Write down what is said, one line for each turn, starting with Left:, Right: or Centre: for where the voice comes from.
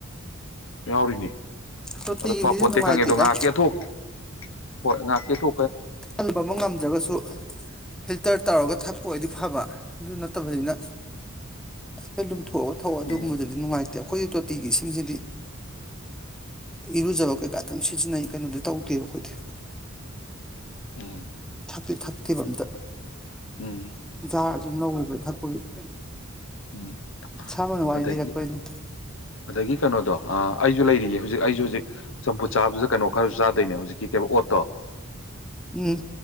Left: ꯌꯥꯎꯔꯤꯅꯤ
Centre: ꯇꯣꯇꯤꯒꯤꯁꯤꯗꯤ
Left: ꯑꯗꯣ ꯐ ꯄꯣꯟꯇꯦ
Centre: ꯅꯨꯡꯉꯥꯏꯇꯦꯗ
Left: ꯈꯪꯉꯦ ꯑꯗꯣ ꯉꯥꯏꯍꯥꯛꯀꯤꯤ ꯑꯊꯣꯛ ꯍꯣꯏ ꯉꯥꯏꯍꯥꯛ ꯁꯤꯇꯣ
Centre: ꯀꯟꯕꯕꯨ ꯉꯝꯗ꯭ꯔꯒꯁꯨ ꯐꯤꯜꯇꯔ ꯇꯧꯔꯒ ꯊꯛꯄ ꯑꯣꯏꯗꯤ ꯐꯕ ꯑꯗꯨ ꯅꯠꯇꯕꯅꯤꯅ ꯍꯥꯏꯐꯦꯠ ꯊꯣꯛꯑꯒ ꯊꯛ ꯑꯗꯨꯒꯨꯝꯕꯗꯨꯗꯤ
Left: ꯎꯝ
Centre: ꯅꯨꯡꯉꯥꯏꯇꯦ ꯑꯩꯈꯣꯏꯒꯤ ꯇꯣꯇꯤꯒꯤ ꯏꯁꯤꯡꯁꯤꯗꯤ ꯏꯔꯨꯖꯕ ꯀꯩꯀꯥ ꯑꯗꯨꯝ ꯁꯤꯖꯤꯟꯅꯩ ꯀꯩꯅꯣꯗꯤ ꯇꯧꯗꯦꯕ ꯑꯩꯈꯣꯏꯗꯤ
Left: ꯎꯝ
Centre: ꯑꯗꯨ ꯊꯛꯇꯦꯕ ꯑꯝꯇ
Left: ꯎꯝ
Centre: ꯖꯥ ꯑꯗꯨꯝ ꯂꯧꯋꯤꯕ ꯊꯛꯄꯒꯤꯗꯤ
Left: ꯎꯝ
Centre: ꯏꯁꯥꯃꯛꯅ ꯋꯥꯔꯤ
Left: ꯑꯗꯒꯤ
Centre: ꯂꯤꯔꯛꯄꯩꯅꯤ
Left: ꯑꯗꯒꯤ ꯀꯩꯅꯣꯗꯣ ꯑꯩꯁꯨ ꯂꯩꯔꯤꯌꯦ ꯍꯧꯖꯤꯛ ꯑꯩꯁꯨ ꯍꯧꯖꯤꯛ ꯆꯝꯐꯨꯠ ꯆꯥꯕꯁꯤꯗ ꯀꯩꯅꯣ ꯈꯔꯁꯨ ꯆꯥꯗꯣꯏꯅꯦ ꯍꯧꯖꯤꯛ ꯀ ꯀꯦꯕ ꯑꯣꯠꯇ
Centre: ꯎꯝ